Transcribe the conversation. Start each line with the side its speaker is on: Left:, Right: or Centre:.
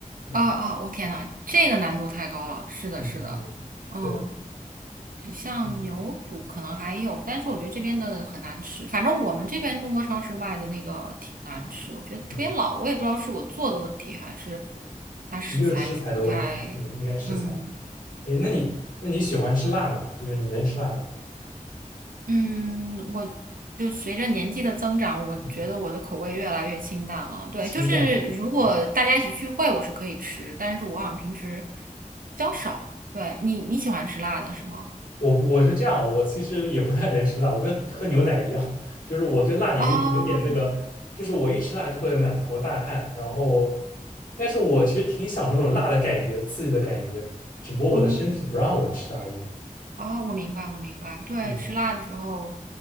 Left: 嗯
Right: 啊啊！我天呐，这个难度太高了。是的，
Left: 嗯嗯，
Right: 是的，嗯，
Left: 对，
Right: 像牛肚可能还有，
Left: 嗯，
Right: 但是我觉得这边的很难吃。反正我们这边中国超市卖的那个挺难吃，我觉得特别老。
Left: 嗯
Right: 我也不知道是我做的问题，还是它食材不太……
Left: 也就是食材的问题，嗯，应该食材。
Right: 嗯
Left: 诶，那你那你喜欢吃辣吗？就是你能吃辣吗？
Right: 嗯，我就随着年纪的增长，我觉得我的口味越来越清淡了。
Left: 嗯，
Right: 对，
Left: 清淡。
Right: 就是如果大家一起聚会，
Left: 嗯。
Right: 我是可以吃，但是我好像平时比较少。对，你你喜欢吃辣的是吗？
Left: 我不我是这样，我其实也不太能吃辣，我跟喝牛奶一样，<laughs> 就是我对辣也有有点那个，
Right: 哦，
Left: 就是我一吃辣就会满头大汗，然后，但是我其实挺享受那种辣的感觉，刺激的感觉，只不过我的身体不让我吃而已。
Right: 哦，哦，我明白，我明白。对，
Left: 嗯，
Right: 吃辣的时候，